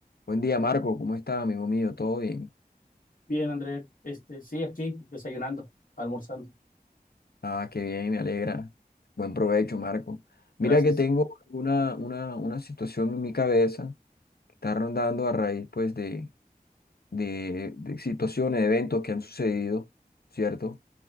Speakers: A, on the left; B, on the left.
A: Buen día, Marco. ¿Cómo estás, amigo mío? ¿Todo bien?
B: Bien, André, este, sí, aquí desayunando, almorzando.
A: Ah, qué bien, me alegra. Buen provecho, Marco. Mira
B: Gracias.
A: que tengo una, una, una situación en mi cabeza que está rondando a raíz, pues, de, de, de situaciones, eventos que han sucedido, ¿cierto?